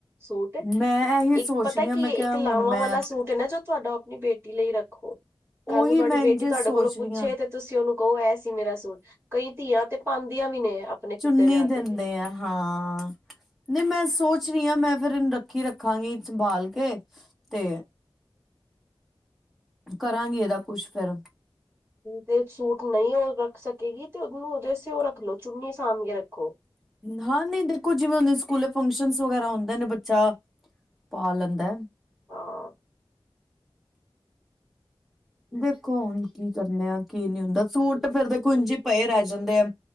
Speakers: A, on the right; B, in the centre.
A: ਸੂਟ,
B: ਮੈਂ ਇਹੀ
A: ਇੱਕ
B: ਸੋਚ
A: ਪਤਾ
B: ਰਹੀ ਹਾਂ
A: ਕੀ
B: ਮੈਂ ਕਿਹਾ
A: ਇੱਕ
B: ਹੁਣ
A: ਲਾਵਾਂ
B: ਮੈਂ
A: ਵਾਲਾ ਸੂਟ ਹੈ ਨਾ ਜੋ ਤੁਹਾਡਾ ਆਪਣੀ ਬੇਟੀ ਲਈ ਰੱਖੋ। ਕੱਲ੍ਹ
B: ਉਹੀ
A: ਨੂੰ ਤੁਹਾਡੀ
B: ਮੈਂ
A: ਬੇਟੀ
B: ਇੰਝੇ
A: ਤੁਹਾਡੇ
B: ਸੋਚ
A: ਕੋਲੋ ਪੁੱਛੇ
B: ਰਹੀ ਹਾਂ
A: ਤੇ ਤੁਸੀਂ ਉਹਨੂੰ ਕਹੋ ਇਹ ਸੀ ਮੇਰਾ ਸੂਟ, ਕਈ ਧੀਆਂ ਤੇ ਪਾਉਂਦੀਆਂ ਵੀ ਨੇ। ਆਪਣੇ ਖੁਦ
B: ਚੁੰਨੀ
A: ਦੇ ਵਿਆਹ
B: ਦਿੰਦੇ
A: ਤੇ
B: ਆ ਹਾਂ। ਨਹੀਂ ਮੈਂ ਸੋਚ ਰਹੀ ਹਾਂ ਮੈਂ ਫਿਰ ਇਹਨੂੰ ਰੱਖੀ ਰੱਖਾਂਗੀ ਸੰਭਾਲ ਕੇ। ਤੇ ਕਰਾਂਗੀ ਇਹਦਾ ਕੁੱਛ ਫੇਰ
A: ਤੇ ਸੂਟ ਨਹੀਂ ਉਹ ਰੱਖ ਸਕੇਗੀ, ਤੇ ਉਹਨੂੰ ਉਹਦੇ ਅਸਤੇ ਉਹ ਰੱਖ ਲੋ ਚੁੰਨੀ ਸਾਂਭ ਕੇ ਰੱਖੋ।
B: ਹਾਂ ਨਹੀਂ ਦੇਖੋ ਜਿਵੇਂ ਹੋਨੇ ਸਕੂਲੇ ਫੰਕਸ਼ਨਸ ਵਗੈਰਾ ਹੁੰਦੇ ਨੇ ਬੱਚਾ ਪਾ ਲੈਂਦਾ ਏ।
A: ਹਾਂ।
B: ਦੇਖੋ ਹੁਣ ਕੀ ਕਰਨੇ ਆ ਕੀ ਨਹੀਂ ਹੁੰਦਾਂ। ਸੂਟ ਫੇਰ ਦੇਖੋ ਇੰਝ ਪਏ ਰਹਿ ਜਾਂਦੇ ਆ।